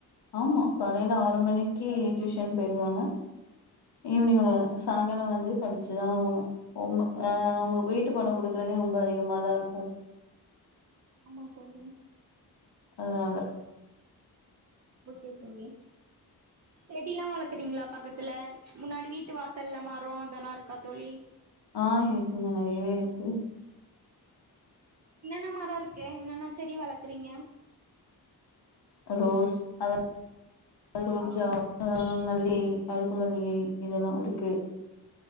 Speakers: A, on the left; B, on the right.
A: ஆமா காலையில ஆறு மணி க்கி டியூஷன் போயிருவாங்க ஈவினிங் சாயங்காலம் வந்து படிச்சுதான் ஆகணும் அஹ் அவங்க வீட்டு படம் குடுக்கறதே ரொம்ப அதிகமாதான் இருக்கும்
B: ஆமா தோழி
A: ஆஹ்
B: ஓக்கே தோழி செடி எல்லாம் வளர்க்குறீங்களா பக்கத்துல முன்னாடி வீட்டு வாசல்ல மரம் அதெல்லாம் இருக்கா தோழி
A: ஆஹ் இருக்குங்க நெறையவே இருக்கு
B: என்னென்ன மரம் இருக்கு என்னென்ன செடி வளர்க்குறீங்க
A: ரோஸ் அத ரோஜா
B: ஆ
A: அஹ் லே அடுக்கு மல்லிகை இதெல்லாம் இருக்கு